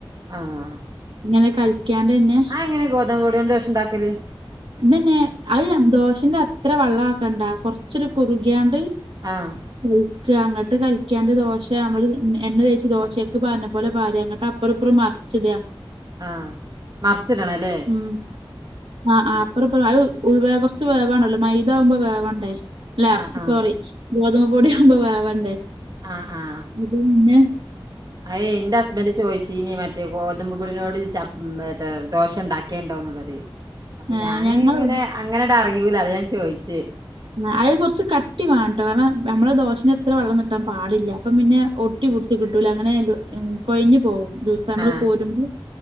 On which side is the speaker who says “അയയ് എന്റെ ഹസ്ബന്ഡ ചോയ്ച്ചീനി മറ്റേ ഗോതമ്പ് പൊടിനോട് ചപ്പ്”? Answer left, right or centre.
Right